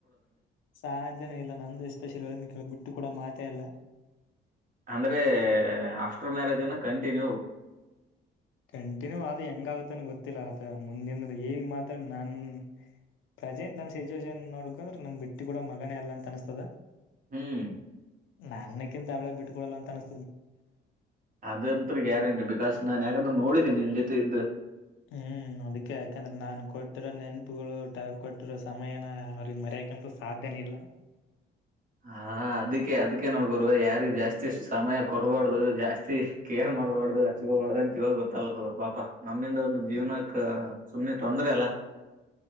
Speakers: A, on the left; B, on the right.
A: ಸಾಧ್ಯನೇ ಇಲ್ಲ ನಂದು ಎಷ್ಟು ಶಿರ್ ಕ ಬಿಟ್ಟ ಕೂಡ ಮಾತ ಅಲ್ಲ
B: ಅಂದ್ರೆ ಆಫ್ಟರ್ ಮ್ಯಾರೇಜ್ನ್ನು ಕಂಟಿನ್ಯೂ
A: ಕಂಟಿನ್ಯೂ ಆದ ಹೆಂಗಾಗತ್ತನ್ ಗೊತ್ತಿಲ್ಲ. ಅ ಮುಂದಿನ ಈಗ್ ಮಾತ್ರ ನಾನ್ ಪ್ರೆಸೆಂಟ್ ನನ್ ಸಿಚುುವೇಶನ್ ನೋಡ್ಕ್ರೆ ನನ್ ಬಿಟ್ಟು ಕೂಡ ಮಗನೇ ಅಲ್ಲ ಅಂತ ಅನಸ್ತದ
B: ಹ್ಮ್
A: ನನ್ನಕ್ಕಿಂತ ಅವಳೇ ಬಿಟ್ಕೊಡಲ್ಲ ಅಂತ ಅನ್ತ
B: ಅದಂತ ಗ್ಯಾರಂಟಿ ಬಿಕಾಸ್ ನಾನ್ ಯಾಕಂದ್ರೆ ನೋಡಿದ್ದೀನಿ ನಿನ್ ಜೊತೆ ಇದ್ದ.
A: ಹ್ಮ್ ಅದಕ್ಕೆ ಯಾಕಂದ್ರೆ ನಾನ್ ಕೊಟ್ಟಿರೋ ನೆನಪುಗಳು ಕೊಟ್ಟಿರೋ ಸಮಯನ ಅವ್ರಿಗೆ ಮರ್ಯ. ಮರ್ಯಕಂತು ಸಾಧ್ಯನ ಇಲ್ಲ.
B: ಹಾ ಅದಕ್ಕೆ ಅದಕ್ಕೆ ನೋಡ್ಗುವ ಯಾರಿಿಗೆ ಜಾಸ್ತಿ ಸಮಯ ಕೊಡ್ಬಾರ್ದು ಜಾಸ್ತಿ ಕೇರ್ ಮಾಡಬಾರಡ್ದ ಅಚ್ಚಿಗ ಹೊಡ್ದ ಅಂತ ಇವಾಗ ಗೊತ್ತಲ್ ಪಾಪಾ ನಮ್ಮಿಂದ ಒಂದು ಜೀವನಕ್ ಸುಮ್ನೆ ತೊಂದ್ರ ಅಲ್ಲ. <unintelligible>